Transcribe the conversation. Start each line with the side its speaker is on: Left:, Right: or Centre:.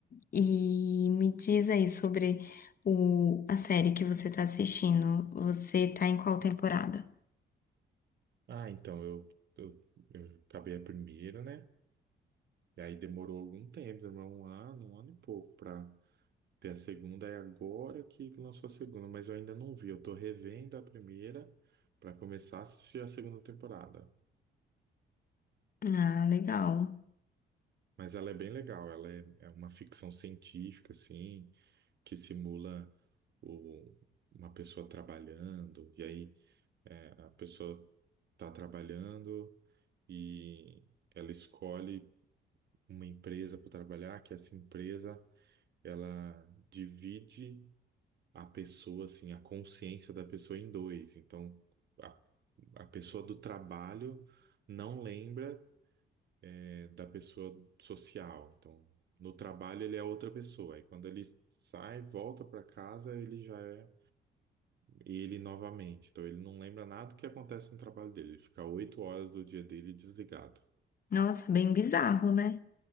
Left: e me diz aí sobre o, a série que você tá assistindo. Você tá em qual temporada?
Right: Ah, então eu, eu, eu acabei a primeira, né? E aí demorou algum tempo, demorou um ano, um ano e pouco pra ter a segunda. E agora que lançou a segunda, mas eu ainda não vi. Eu tô revendo a primeira pra começar a assistir a segunda temporada.
Left: Ah, legal.
Right: Mas ela é bem legal, ela é, é uma ficção científica, assim. que simula o- uma pessoa trabalhando, e aí é, a pessoa está trabalhando e ela escolhe uma empresa para trabalhar, que essa empresa ela divide a pessoa, assim, a consciência da pessoa em dois. Então, a, a pessoa do trabalho não lembra é, da pessoa social. Então, no trabalho ele é outra pessoa. Aí quando ele sai, volta para casa, ele já é ele novamente. Então ele não lembra nada do que acontece no trabalho dele. Ele fica oito horas do dia dele desligado.
Left: Nossa, bem bizarro, né?